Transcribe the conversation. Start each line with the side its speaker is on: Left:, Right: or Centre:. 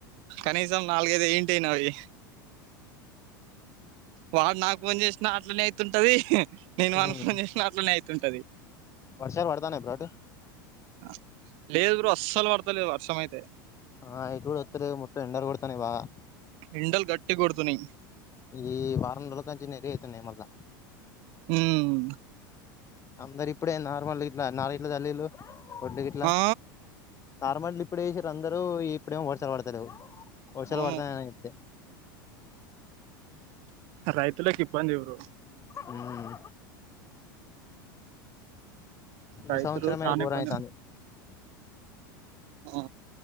Right: కనీసం నాలుగైదు అయింటై నావి వాడు నాకు ఫోన్ చేసిన అట్లనే అయితుంటది నేను
Left: ఉమ్.
Right: వానికి ఫోన్ చేసిన అట్లనే అయితుంటది.
Left: వర్షాలు పడతాన్నాయ బ్రో అటు
Right: ఆ లేదు బ్రో అస్సలు పడతలేదు వర్షం అయితే.
Left: ఆ ఇట్ గుడ వత్తలే మొత్తం, ఎండల్ కొడతన్నయ్ బాగా
Right: ఎండల్ గట్టిగ్ కొడుతున్నయ్
Left: ఈ వారం రోజుల కాంచి నేరే అవుతున్నయి మళ్ళా
Right: ఉమ్
Left: అందరు ఇప్పుడే నార్మల్ గిట్ల నారు గిట్ల జల్లీలు, ఒడ్లు గిట్ల.
Right: ఆ
Left: నార్మల్లీ ఇప్పుడే ఏసిర్రు అందరూ, ఇప్పుడేమో వర్షాలు పడతలేవ్, వర్షాలు
Right: అవును
Left: పడతానిత్తే
Right: రైతులకు ఇబ్బంది బ్రో
Left: ఉమ్
Right: రైతులు
Left: ఈ సంవత్సరమే
Right: చాలా
Left: ఘోరమైతాంద్.
Right: ఇబ్బంది ఆ